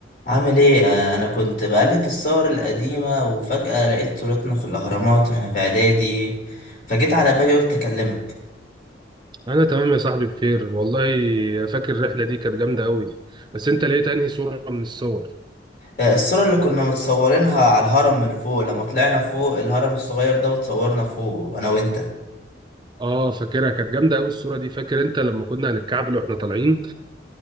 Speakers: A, on the left; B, on the right.
A: عامل ايه آه، انا كنت بقلب في الصور القديمة وفجأة لقيت صورتنا في الاهرامات واحنا في اعدادي فجيت على بالي قلت اكلمك
B: انا تمام يا صاحبي بخير والله فاكر الرحله دي كانت جامده قوي بس انت لقيت انهي صوره من الصور
A: آه، الصورة اللي كنا متصورينها على الهرم من فوق لما طلعنا فوق الهرم الصغير ده وتصورنا فوق انا وانت
B: اه فاكرها كانت جامده قوي الصوره دي فاكر انت لما كنا هنتكعبل واحنا طالعين